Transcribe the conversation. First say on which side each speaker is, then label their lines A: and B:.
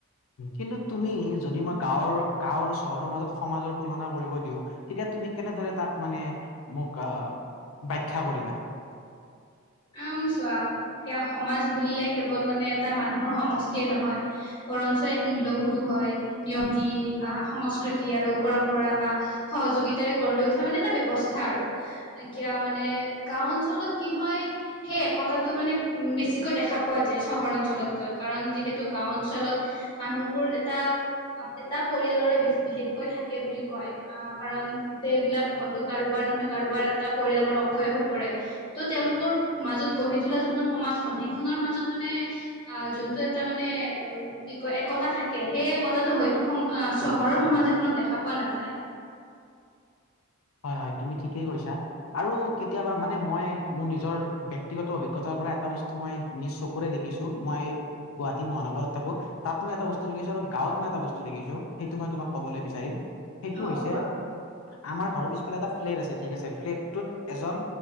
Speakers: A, on the left; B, on the left.
A: কিন্তু তুমি যদি মই গাঁৱৰ গাঁও আৰু চহৰৰ মাজত সমাজৰ তুলনা কৰিব দিওঁ। তেতিয়া তুমি কেনেদৰে তাক মানে মোক আহ, ব্যখ্যা কৰিবা?
B: আম, চোৱা এয়া সমাজ বুলিলে কেৱল মানে এটা মানুহৰ সমষ্টিয়ে নহয়। বৰঞ্চ এক মূল্যবোধো হয়। নিয়তি বা সংস্কৃতি আৰু পৰম্পৰা। সহযোগিতাৰে গঢ় লৈ উঠা মানে এটা ব্যৱস্থা আৰু। এতিয়া মানে গাও অঞ্চলত কি হয়। সেই একতাটো মানে উ, বেছিকৈ দেখা পোৱা যায় চহৰ অঞ্চলতকৈ। কাৰণ যিহেতু গাঁও অঞ্চলত মানুহবোৰ এটা এটা পৰিয়ালৰে বিশেষকৈ থাকে বুলি কয়। আহ, কাৰণ গোটেইবিলাক হয়তো কাৰোবাৰ নহয় কাৰোবাৰ এটা পৰিয়ালৰ অংশই হৈ পৰে। ত' তেওঁলোকৰ মাজত গঢ়ি তোলা যোনখন সমাজখন সেইখনৰ মাজত মানে অ', যোনটো এটা মানে উ কি কয় একতা থাকে, সেই একতাটো হয়তো চহৰৰ সমাজ এখনত দেখা পোৱা নাযায়।
A: হয়, হয়, তুমি ঠিকেই কৈছা। আৰু কেতিয়াবা মানে মই মোৰ নিজৰ ব্যক্তিগত অভিজ্ঞতাৰ পৰা এটা বস্তু মই নিজ চকুৰে দেখিছো, মই গুৱাহাটী মহানগৰত থাকো। তাত মই এটা বস্তু দেখিছোঁ আৰু গাওঁত মই এটা বস্তু দেখিছোঁ, সেইটো মই তোমাক ক'বলৈ বিচাৰিম। সেইটো
B: অ
A: হৈছে
B: অ কোৱা।
A: আমাৰ ঘৰৰ পিছফালে এটা ফ্লেট আছে ঠিক আছে, ফ্লেটটোত এজন